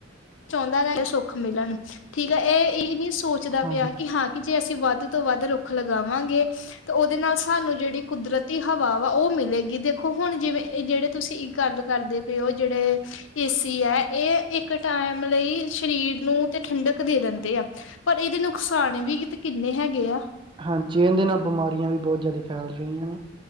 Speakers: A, on the left; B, on the right.
A: ਚਾਹੁੰਦਾ ਰ ਸੁੱਖ ਮਿਲਣ, ਠੀਕ ਹੈ ਇਹ ਇਹ ਨੀ ਸੋਚਦਾ
B: ਹਾਂਜੀ
A: ਪਿਆ ਕਿ ਹਾਂ ਕਿ ਜੇ ਅਸੀਂ ਵੱਧ ਤੋਂ ਵੱਧ ਰੁੱਖ ਲਗਾਵਾਂਗੇ ਤੇ ਉਹਦੇ ਨਾਲ ਸਾਨੂੰ ਜਿਹੜੀ ਕੁਦਰਤੀ ਹਵਾ ਵਾ ਉਹ ਮਿਲੇਗੀ ਦੇਖੋ ਹੁਣ ਜਿਵੇਂ ਇਹ ਜੇਹੜੇ ਤੁਸੀਂ ਗੱਲ ਕਰਦੇ ਪਏ ਉਹ ਜੇੜੇ ਏਸੀ ਹੈ ਇਹ ਇੱਕ ਇਕ ਟਾਈਮ ਲਈ ਸਰੀਰ ਨੂੰ ਤੇ ਠੰਡਕ ਦੇ ਦਿੰਦੇ ਆ। ਪਰ ਇਹਦੇ ਨੁਕਸਾਨ ਵੀ ਤੇ ਕਿੰਨੇ ਹੈਗੇ ਆ।
B: ਹਾਂਜੀ ਇਹੰਦੇ ਦੇ ਨਾਲ ਬਿਮਾਰੀਆਂ ਵੀ ਬਹੁਤ ਜ਼ਿਆਦਾ ਫੈਲ ਰਹੀਆਂ